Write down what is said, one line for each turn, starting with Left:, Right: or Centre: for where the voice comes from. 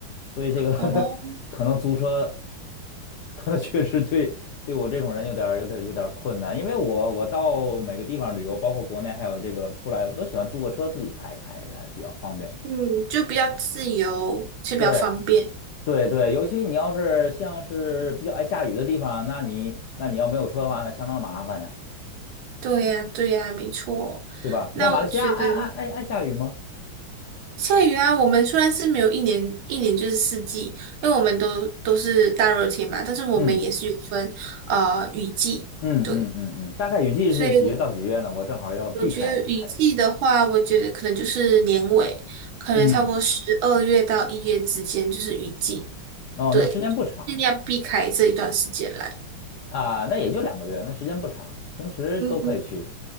Left: 所以这个
Right: 哦，
Left: <laughs> 可能租车 <laughs> 可能确实对对我这种人有点儿有点儿有点儿困难，因为我我到每个地方旅游，包括国内还有这个出来，我都喜欢租个车自己开一开，还是比较方便的。
Right: 嗯，就比较自由，就比较方便。
Left: 对对对，尤其你要是像是比较爱下雨的地方，那你那你要没有车的话，那相当麻烦呀，
Right: 对呀，对呀，没错。
Left: 对吧？
Right: 那我觉得
Left: 那马来西亚爱爱爱爱下雨吗？
Right: 下雨啊，我们虽然是没有一年一年就是四季，因为我们都都是大热天嘛，但是我们也是有分呃雨季，
Left: 嗯嗯嗯嗯嗯，
Right: 对，
Left: 大概雨季是几月到几月呢？
Right: 所以。
Left: 我正好要避开避开这个。
Right: 我觉得雨季的话，我觉得可能就是年尾，可能差不多十二月到一月之间就是雨季，
Left: 嗯，哦，
Right: 对，
Left: 那时间不长
Right: 尽量避开这一段时间来。
Left: 啊，啊，那也就两个月，那时间不长，平时都可以去。
Right: 嗯嗯，